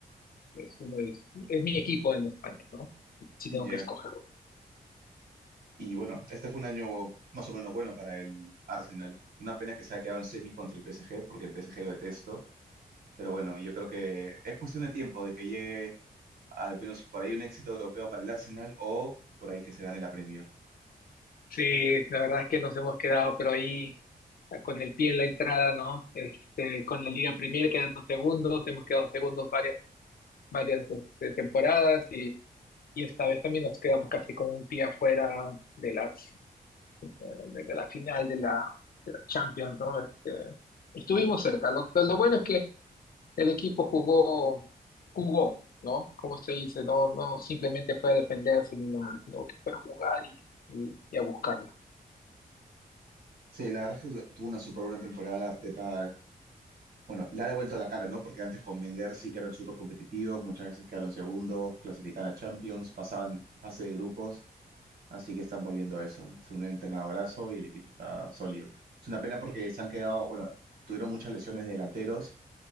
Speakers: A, on the left; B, on the right.
A: Es, uno de- es mi equipo en España, ¿no? Si tengo
B: ya,
A: que escogerlo.
B: Y bueno, este fue un año más o menos bueno para el Arsenal. Una pena que se haya quedado en semis contra el PSG, porque el PSG lo detesto. Pero bueno, yo creo que es cuestión de tiempo de que llegue al menos por ahí un éxito europeo para el Arsenal o por ahí que se gane la Premier.
A: Sí, la verdad es que nos hemos quedado, pero ahí con el pie en la entrada, ¿no? Este, con la Liga Premier quedando segundos, hemos quedado segundos varias, varias este, temporadas y, y esta vez también nos quedamos casi con un pie afuera de las, eh, de, de la final de la, de la Champions, ¿no? Este, estuvimos cerca. Lo, lo bueno es que el equipo jugó, jugó, ¿no? Como se dice, no, no simplemente fue a defenderse ni nada, sino que fue a jugar y, y, y a buscarla.
B: Sí, la verdad es que tuvo una súper buena temporada de Arteta. Bueno, le ha devuelto la cara, ¿no? Porque antes con Wenger sí que eran súper competitivos, muchas veces quedaron segundos, clasificaban a Champions, pasaban fase de grupos, así que están volviendo a eso. Es un entrenadorazo y el equipo está sólido. Es una pena porque se han quedado, bueno, tuvieron muchas lesiones de delanteros